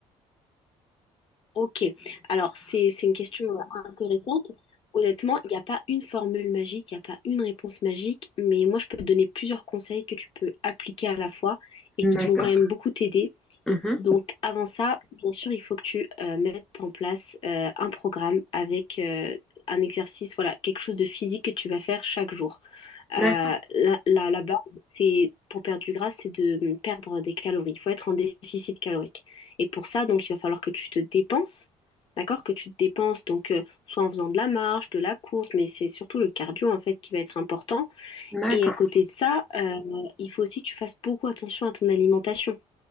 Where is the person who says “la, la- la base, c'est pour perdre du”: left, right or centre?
Left